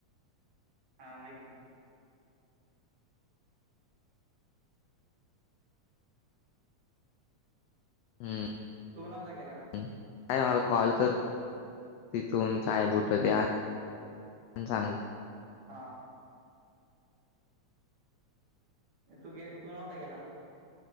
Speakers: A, on the right (about 50°); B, on the left (about 85°).
A: हा माहिितती आहे ना
B: हं,
A: तू नव्हता गेला का
B: हं. काय मला कॉल कर तिथून काय बुट द्या प चांगलं
A: हा तू गे तू नव्हता गेला